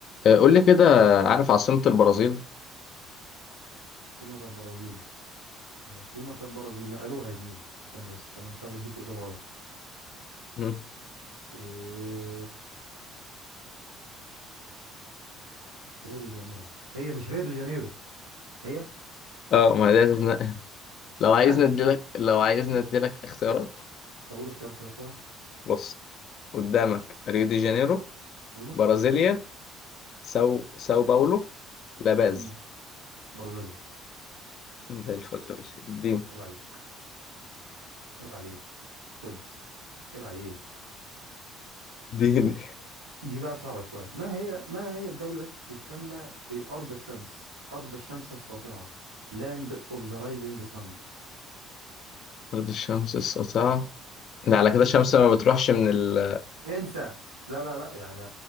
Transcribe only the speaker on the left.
آه، قول لي كده عارف عاصمة البرازيل؟
مم.
اه ما ده تتنقل. <laughs> لو عايزني
اديلك لو عايزني اديلك اختيارات
بص قدامك ريو دي جانيرو
برازيليا ساو ساو باولو لاباز
زي الفل يا باشا الدين
دين
أرض <laughs> الشمس الساطعة ده
على
كده الشمس
ما بتروحش من ال